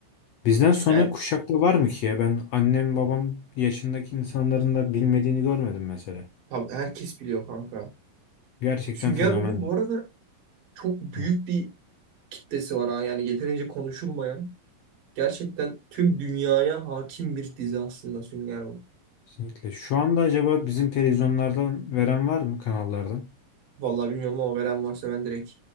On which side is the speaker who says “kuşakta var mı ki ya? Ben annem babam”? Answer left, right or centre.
Left